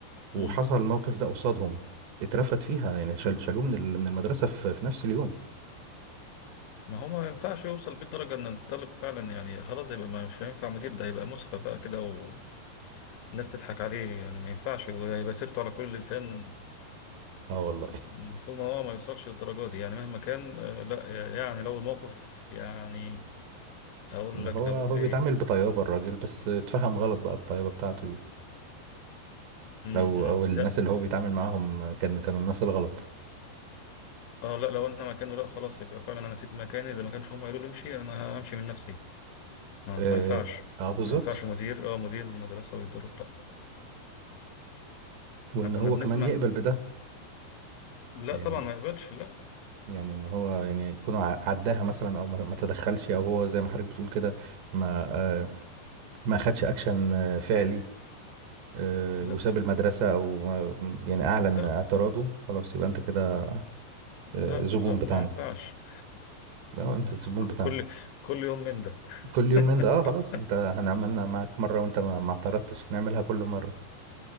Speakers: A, on the right; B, on the left.
A: وحصل
B: مم.
A: الموقف ده قصادهم اترفد فيها يعني شال- شالوه من ال- من المدرسة في في نفس اليوم
B: ما هو ما ينفعش يوصل بيه الدرجة ان الطالب فعلا يعني خلاص يبقى ما- مش هينفع مدير ده هيبقى مسخة بقى كده والناس تضحك عليه يعني ما ينفعش وهيبقى سيرته على كل لسان
A: اه والله
B: المفروض ان هو ما يوصلش للدرجة دي يعني مهما كان آه، لا يعني لو الموقف يعني هقول
A: ما
B: لك
A: هو
B: لو
A: هو
B: ايه
A: بيتعامل بطيابة الراجل بس اتفهم غلط بقى الطيابة بتاعته دي
B: امم
A: او
B: إمم.
A: او الناس
B: لا
A: اللي هو بيتعامل معاهم كان كانوا الناس الغلط
B: اه لا لو انا مكانه لا خلاص يبقى فعلا انا اسيب مكاني اذا ما كانش هم قالوا لي امشي انا همشي من نفسي ما
A: اه,
B: ما ينفعش
A: آه بالظبط
B: ما ينفعش مدير اه مدير المدرسه ويتضرب لا
A: وان
B: احنا كنا
A: هو
B: بنسمع
A: كمان يقبل بده
B: لا طبعا
A: يعني
B: ما يقبلش لا
A: يعني ان هو يعني يكون ع- عداها مثلا او ما ما تدخلش او هو زي ما حضرتك بتقول كده ما آه ما خدش اكشن آه، فعلي آه
B: لا
A: وساب المدرسة او ما- يعني اعلن
B: لا
A: اعتراضه خلاص يبقى انت كده
B: لا
A: آه، زبون
B: لا
A: بتاعنا
B: ما ينفعش
A: اه انت
B: <laughs>
A: الزبون
B: كل
A: بتاعنا
B: كل يوم من ده
A: كل يوم
B: <laughs>
A: من ده اه خلاص انت هنعملنا معاك مرة وانت ما, ما اعترضتش نعملها كل مرة